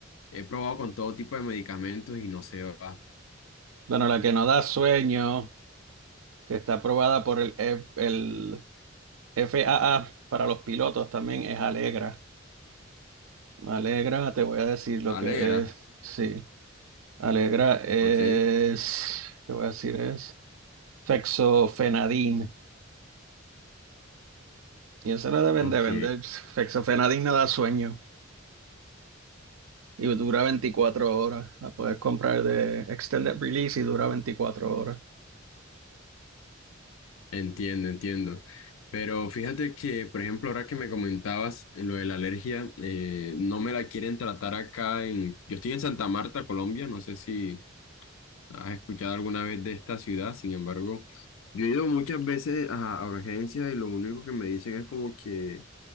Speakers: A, on the left; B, on the right.
A: he probado con todo tipo de medicamentos y no se va.
B: Bueno, la que no da sueño, que está aprobada por el, F- el FAA para los pilotos también es Alegra. Alegra, te voy a decir lo que
A: Alegra,
B: es. Sí, Alegra es,
A: ok,
B: te voy a decir es fexofenadín. Y esa la deben
A: ok,
B: de vender. Fexofenadín no da sueño y dura 24 horas. La puedes comprar de extended release y dura 24 horas.
A: entiendo, entiendo. Pero fíjate que, por ejemplo, ahora que me comentabas lo de la alergia, eh, no me la quieren tratar acá en... Yo estoy en Santa Marta, Colombia, no sé si... has escuchado alguna vez de esta ciudad, sin embargo, yo he ido muchas veces a, a urgencias y lo único que me dicen es como que